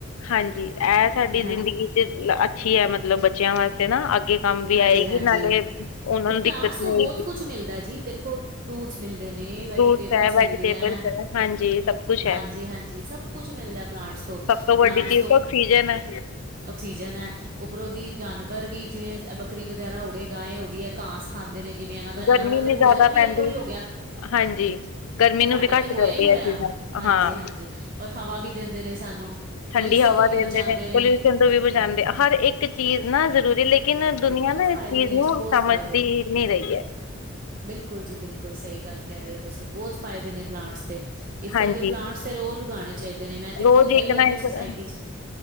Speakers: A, on the left; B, on the right.
A: ਹਾਂਜੀ ਇਹ ਸਾਡੀ ਜ਼ਿੰਦਗੀ
B: ਹਾਂ
A: ਇਹ ਚੀਜ਼ ਅੱਛੀ ਐ ਮਤਲਬ ਬੱਚਿਆਂ ਵਾਸਤੇ ਨਾ ਅੱਗੇ ਕੰਮ ਵੀ
B: ਹਾਂਜੀ-ਹਾਂਜੀ,
A: ਆਏਗੀ ਨਾਲੇ ਉਹਨਾਂ
B: ਵੀ ਪਲਾਂਟਸ
A: ਨੂੰ ਦਿੱਕਤ
B: ਤੋਂ
A: ਨੀ ਹੋਏਗੀ
B: ਬਹੁਤ ਕੁਛ ਮਿਲਦਾ ਜੀ ਦੇਖੋ ਫਰੂਟਸ ਮਿਲਦੇ ਨੇ
A: ਫਰੂਟਸ
B: ਵੈਜੀਟੇਬਲਸ
A: ਹੈ ਵੈਜੀਟੇਬਲਸ
B: ਮਿਲਦੀਆਂ,
A: ਹੈ ਹਾਂਜੀ ਸਭ ਕੁਛ
B: ਹਾਂਜੀ-ਹਾਂਜੀ
A: ਹੈ
B: ਸਭ ਸਭ ਕੁੱਛ ਮਿਲਦਾ ਐ ਪਲਾਂਟਸ ਤੋਂ ਪਲਾਂਟਸ
A: ਸਭ ਵੱਡੀ ਚੀਜ਼
B: ਤੋਂ,
A: ਤਾਂ ਆਕਸੀਜਨ ਹੈ
B: ਆਕਸੀਜਨ ਐ ਉੱਪਰੋਂ ਦੀ ਜਾਨਵਰ ਵੀ ਜਿਵੇਂ ਬੱਕਰੀ ਵਗੈਰਾ ਹੋ ਗਏ ਗਾਏ ਹੋ ਗਈ। ਘਾਸ ਖਾਂਦੇ ਨੇ ਜਿਵੇਂ ਇਹਨਾਂ ਦਾ ਇਹਨਾਂ
A: ਗਰਮੀ
B: ਦਾ
A: ਨੀ
B: ਤੇ
A: ਜ਼ਿਆਦਾ
B: ਭੋਜਨ ਵੀ
A: ਪੈਂਦੀ
B: ਇੱਥੋਂ ਈ ਹੋ ਗਿਆ।
A: ਹਾਂਜੀ ਗਰਮੀ ਨੂੰ
B: ਸਾਡਾ
A: ਵੀ ਘੱਟ
B: ਤੇ ਹੋਇਆ
A: ਕਰਦੇ
B: ਹੀ ਹੋਇਆ,
A: ਆ ਇਹ ਚੀਜ਼ਾਂ
B: ਹਾਂਜੀ-ਹਾਂਜੀ,
A: ਹਾਂ
B: ਔਰ ਹਵਾ ਵੀ ਦਿੰਦੇ ਨੇ ਸਾਨੂੰ।
A: ਠੰਡੀ
B: ਪੋਲਿਊਸ਼ਨ
A: ਹਵਾ
B: ਤੋਂ ਵੀ
A: ਦਿੰਦੇ
B: ਬਚਾਂਦੇ ਨੇ।
A: ਪੋਲਿਊਸ਼ਨ ਵੀ ਬਜਾਦੇ ਆ ਹਰ ਇੱਕ ਚੀਜ਼ ਨਾ ਜ਼ਰੂਰੀ ਲੇਕਿ ਲੇਕਿਨ
B: ਹਾਂਜੀ
A: ਦੁਨੀਆਂ
B: ਬਹੁਤ
A: ਨਾ
B: ਫਾਇਦੇ
A: ਇਸ ਚੀਜ਼
B: ਨੇ
A: ਨੂੰ
B: ਜੀ ਬਹੁਤ
A: ਸਮਝਦੀ
B: ਫਾਇਦੇ
A: ਨੀ ਰਹੀ ਐ।
B: ਬਿਲਕੁਲ ਜੀ ਬਿਲਕੁਲ ਸਈ ਗੱਲ ਕਹਿ ਰਹੇ ਓ ਤੁਸੀਂ ਬਹੁਤ ਫ਼ਾਇਦੇ ਨੇ ਪਲਾਂਟਸ ਦੇ। ਇਸ ਕਰਕੇ
A: ਹਾਂਜੀ
B: ਪਲਾਂਟਸ ਤੇ ਰੋਜ਼ ਉਗਾਉਣੇ ਚਾਈਦੇ ਨੇ ਮੈਂ ਤੇ
A: ਰੋਜ਼
B: ਖੁਦ‌ ਏ
A: ਇੱਕ
B: ਈ
A: ਨਾ
B: ਆਪਣੇ
A: ਇੱਕ
B: ਸੁਸਾਇਟੀ ਚ